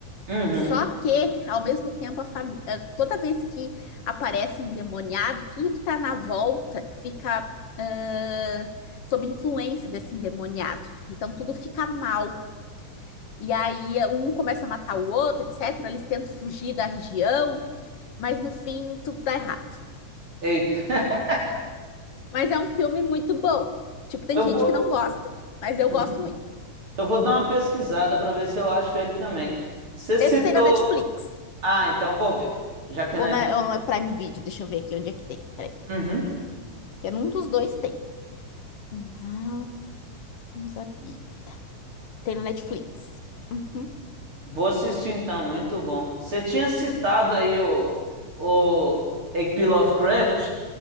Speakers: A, on the right; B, on the left.
A: Uhum.
B: Só que, ao mesmo tempo, a família, toda vez que aparece um endemoniado, tudo que está na volta fica ah, sob influência desse endemoniado. Então, tudo fica mal. E aí, um começa a matar o outro, etc. Eles tentam fugir da região, mas no fim, tudo dá errado.
A: Eita. <laughs>
B: Mas é um filme muito bom. Tipo, tem
A: Eu
B: gente
A: vou,
B: que não gosta, mas eu
A: Uhum.
B: gosto muito.
A: eu vou dar uma pesquisada para ver se eu acho ele também. Você
B: Esse
A: citou.
B: tem na Netflix.
A: Ah, então vou ver. Já que tem na
B: Ou,
A: Netflix.
B: na, ou no Prime Video, deixa eu ver aqui onde é que tem. Peraí.
A: Uhum.
B: Que é num dos dois tem. O mal Musabi. Tem no Netflix. Uhum.
A: Vou assistir então, muito bom. Você tinha citado aí o, o H.P. Lovecraft.